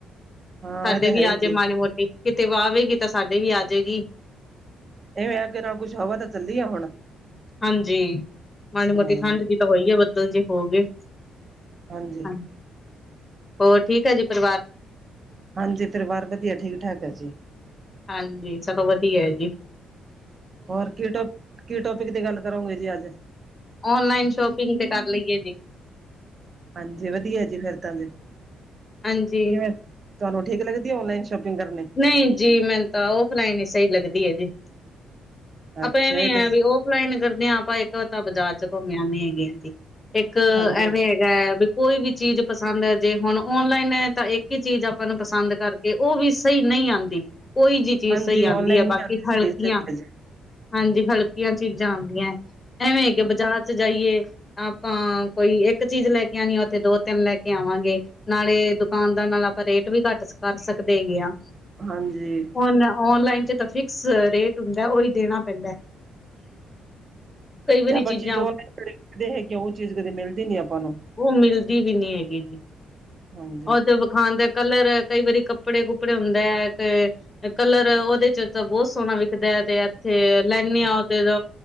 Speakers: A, on the right; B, on the left.
A: ਹਾਂ
B: ਹਾਲੇ
A: ਇਹ ਤਾਂ
B: ਵੀ
A: ਹੈ ਹੀ
B: ਆਜੇ
A: ਜੀ
B: ਮਾੜੀ ਮੋਟੀ ਕਿਤੇ ਆਵੇਗੀ ਤਾਂ ਸਾਡੇ ਵੀ ਆਜੇਗੀ।
A: ਇਵੇਂ ਅੱਗੇ ਨਾਲ ਕੁੱਛ ਹਵਾ ਤਾਂ ਚੱਲੀ ਆ ਹੁਣ।
B: ਹਾਂਜੀ ਮਾੜੀ ਮੋਟੀ
A: ਹਾਂ
B: ਠੰਡ ਜੀ ਤਾਂ ਹੋਈ ਆ ਬੱਦਲ ਜੇ ਹੋਗੇ।
A: ਹਾਂਜੀ
B: ਹਾਂ ਹੋਰ ਠੀਕ ਆ ਜੀ ਪਰਿਵਾਰ?
A: ਹਾਂਜੀ ਪਰਿਵਾਰ ਵਧੀਆ ਠੀਕ-ਠਾਕ ਆ ਜੀ।
B: ਹਾਂਜੀ ਸਗੋ ਵਧੀਆ ਐ ਜੀ।
A: ਹੋਰ ਕੀ ਟੋਪ ਕੀ ਟੋਪਿਕ ਦੀ ਗੱਲ ਕਰੋਂਗੇ ਜੀ ਅੱਜ?
B: ਔਨਲਾਈਨ ਸ਼ੋਪਿੰਗ ਤੇ ਕਰ ਲਈਏ, ਜੀ।
A: ਹਾਂਜੀ, ਵਧੀਆ ਜੀ ਫੇਰ ਤਾਂ ਜੇ,
B: ਹਾਂਜੀ
A: ਕਿਵੇਂ? ਤੁਹਾਨੂੰ, ਠੀਕ ਲਗਦੀ ਐ ਓਨਲਾਈਨ ਸ਼ੋਪਿੰਗ ਕਰਨੀ?
B: ਨਈ ਜੀ ਮੈਨੂੰ ਤਾਂ, ਆਫਲਾਈਨ ਈ ਸਹੀ ਲੱਗਦੀ ਐ, ਜੀ ਆਪਾਂ
A: ਅੱਛਾ
B: ਐਵੇਂ
A: ਇਹ ਤੇ
B: ਆ ਵੀ ਓ ਆਫਲਾਈਨ ਕਰਦੇ ਆ ਆਪਾਂ, ਇੱਕ ਤਾਂ ਬਾਜ਼ਾਰ ਚ ਘੁੰਮ ਆਨੇ ਹੈਗੇ ਆ ਜੀ, ਇੱਕ
A: ਹਾਂਜੀ
B: ਐਵੇਂ ਹੈ ਗੈ, ਵੀ ਕੋਈ ਵੀ ਚੀਜ਼ ਪਸੰਦ ਆਜੇ, ਹੁਣ ਔਨਲਾਈਨ ਐ ਤਾਂ ਇੱਕ ਈ ਚੀਜ਼ ਆਪਾਂ ਨੂੰ ਪਸੰਦ ਕਰਕੇ ਉਹ ਵੀ ਸਹੀ ਨਹੀਂ ਆਉਂਦੀ ਕੋਈ ਜਿਹੀ ਚੀਜ਼
A: ਹਾਂਜੀ
B: ਸਹੀ ਆਉਂਦੀ
A: ਔਨਲਾਈਨ
B: ਹੈ ਬਾਕੀ
A: ਨੀ ਆਉਂਦੀ ਸਹੀ
B: ਹਲਕੀਆਂ।
A: ਸਹੀ ਹੈ ਜੀ
B: ਹਾਂਜੀ ਹਲਕੀਆਂ ਚੀਜ਼ਾਂ ਆਉਂਦੀ ਐਵੇਂ ਕਿ ਬਾਜ਼ਾਰ ਚ ਜਾਈਏ- ਆਪਾਂ ਕੋਈ ਇੱਕ ਚੀਜ਼ ਲੈ ਕੇ ਆਉਣੀ ਏ ਉੱਥੇ ਦੋ ਤਿੰਨ ਲੈ ਕੇ ਆਵਾਂਗੇ। ਨਾਲੇ, ਦੁਕਾਨਦਾਰ ਨਾਲ ਆਪਾਂ ਰੇਟ ਵੀ ਘੱਟ ਕਰ ਸਕਦੇ ਹੈਗੇ ਆਂ।
A: ਹਾਂਜੀ।
B: ਹੁਨ, ਔਨਲਾਈਨ ਚ ਤਾਂ ਫਿਕਸ ਰੇਟ ਹੁੰਦਾ ਉਹ ਹੀ ਦੇਣਾ ਪੈਂਦਾ। ਕਈ ਵਾਰੀ
A: ਤੇ ਆਪਾਂ
B: ਚੀਜ਼ਾਂ
A: ਚੀਜ਼ ਔਨਲਾਈਨ ਲੈੰਦੇ ਹੈਗੇ ਆ, ਉਹ ਚੀਜ਼ ਕਦੇ ਮਿਲਦੀ ਨੀ ਆਪਾਂ ਨੂੰ।
B: ਉਹ, ਮਿਲਦੀ ਵੀ ਨਹੀਂ ਹੈਗੀ ਜੀ।
A: ਹਾਂਜੀ।
B: ਉਹਦੇ ਵਿਖਾਣ ਦਾ ਕਲਰ, ਕਈ ਵਾਰੀ ਕੱਪੜੇ- ਕੁਪੜੇ ਹੁੰਦਾ ਹੈ ਤੇ- ਕਲਰ ਉਹਦੇ ਚ ਤਾਂ ਬਹੁਤ ਸੋਹਣਾ ਵਿਖਦਾ ਹੈ, ਤੇ ਇੱਥੇ ਲੈਂਨੇ ਹਾ ਉਧਰ